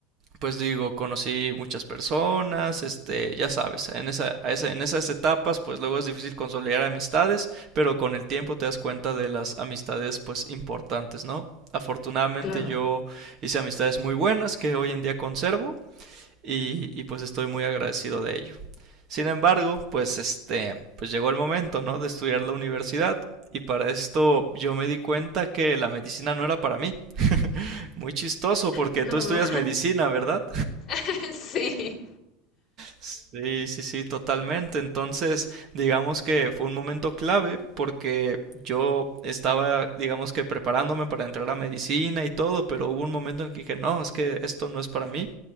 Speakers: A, on the right; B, on the left.
A: pues digo, conocí muchas personas, este, ya sabes, en esa- en esas etapas, pues luego es difícil consolidar amistades, pero con el tiempo te das cuenta de las amistades, pues importantes, ¿no? Afortunadamente
B: claro.
A: yo hice amistades muy buenas que hoy en día conservo y, y, pues estoy muy agradecido de ello. Sin embargo, pues este, pues llegó el momento, ¿no? De estudiar la universidad y para esto yo me di cuenta que la medicina no era para mí. <laughs> muy chistoso porque
B: No,
A: tú estudias medicina, ¿verdad?
B: <laughs> sí.
A: Sí, sí, sí, totalmente. Entonces, digamos que fue un momento clave porque yo estaba, digamos que preparándome para entrar a medicina y todo, pero hubo un momento en que dije, no, es que esto no es para mí